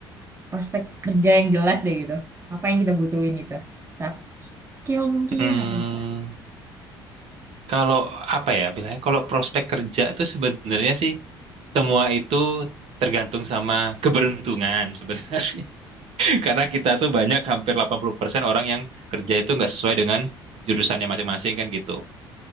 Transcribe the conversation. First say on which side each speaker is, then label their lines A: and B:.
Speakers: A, on the right; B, on the right.
A: prospek kerja yang jelas deh gitu. Apa yang kita butuhin itu? Soft skill mungkin
B: Hmm,
A: atau apa?
B: kalau apa ya bilangnya? Kalau prospek kerja itu sebenarnya sih semua itu tergantung sama keberuntungan sebenarnya. <laughs> Karena kita tuh banyak hampir 80% orang yang kerja itu nggak sesuai dengan jurusannya masing-masing kan gitu.